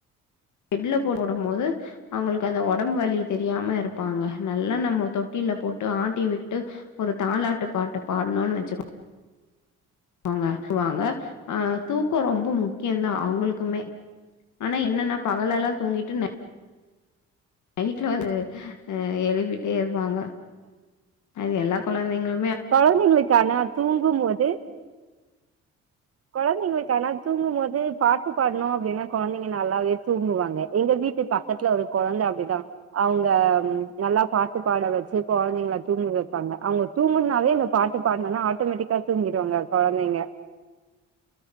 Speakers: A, on the left; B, on the right.
A: பெட்ல போடும் போது அவங்களுக்கு அந்த ஒடம்பு வலி தெரியாம இருப்பாங்க நல்லா நம்ம தொட்டில்ல போட்டு ஆட்டி விட்டு ஒரு தாலாட்டு பாட்டு பாட்னோன் வச்சுக்கோ வாங்க வாங்க ஆ தூக்கோ ரொம்ப முக்கியந்தா அவுங்களுக்குமே ஆனா என்னன்னா பகலல்லா தூங்கிட்டு நைட்ல வந்து ஆ எழுப்பிட்டே இரு ப்பாங்க அது எல்லா கொழந்தைங்களு
B: கொழந்தைங்களுக்கு ஆனா தூங்கும் போது கொழந்தைங்களுக்கு ஆனா தூங்கும் போது பாட்டு பாடுனோ அப்டின்னா கொழந்தைங்க நல்லாவே தூங்குவாங்க எங்க வீட்டு பக்கத்துல ஒரு கொழந்த அப்டிதா அவுங்க நல்லா பாட்டு பாட வச்சி கொழந்தைங்கள தூங்க வப்பாங்க அவங்க தூங்கனுனாவே அந்த பாட்டு பாடுனனா ஆட்டோமேட்டிக்கா தூங்கிடுவாங்க கொழந்தைங்க